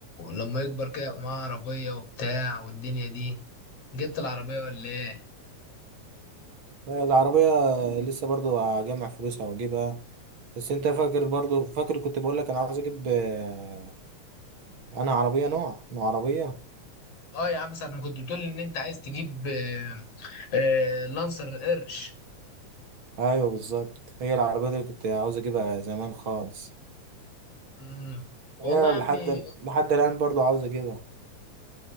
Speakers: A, on the left; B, on the right.
A: لما يكبر كده يبقى معاه عربية وبتاع والدنيا دي جبت العربية ولا ايه
B: آه العربية لسه برضه هجمع فلوسها واجيبها بس انت فاكر برضه فاكر كنت بقول لك انا عاوز اجيب آه، انا عربية نوع نوع عربية
A: اه يا عم ساعة ما كنت بتقول ان انت عايز تجيب آه، آه، لانسر القرش
B: ايوه بالظبط هي العربية دي اللي كنت عاوز اجيبها زمان خالص
A: مم. والله
B: هي
A: يا
B: لحد
A: عمي
B: لحد الان برضه عاوز اجيبها